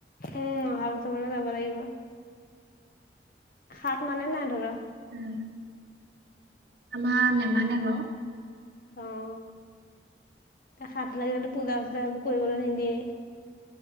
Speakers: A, on the left (about 50°); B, on the right (about 60°).
A: উম অহা বছৰ মানে যাব লাগিব। সাথ মানে নাই তহঁতৰ।
B: উম। আমাৰ নেমানে বাৰু
A: অ', ত সাথ লাগিলে পূজা চূজা এইবোৰ কৰিবলৈ নিদিয়ে।